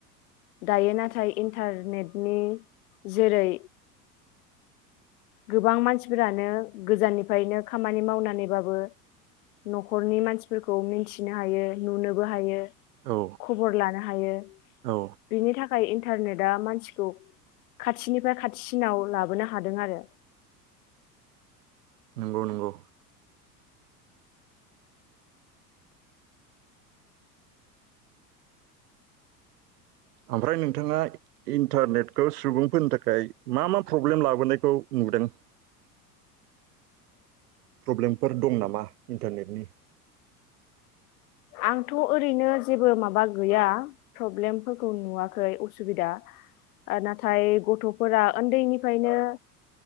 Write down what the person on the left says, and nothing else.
दायो नाथाय इन्टारनेटनि जेरै गोबां मानसिफोरानो गोजाननिफ्रायनो खामानि मावनानैबाबो न'खरनि मानसिफोरखौ मिनथिनो हायो नुनोबो हायो
खबर लानो हायो
बिनि थाख इन्टारनेटआ मानसिखौ खाथिनिफ्राय खाथिसिनाव लाबोनो हादों आरो
आंथ' ओरैनो जेबो माबा गैया प्रब्लेमफोरखौ नुवाखै असुबिदा नाथाय गथ'फोरा उन्दैनिफ्रायनो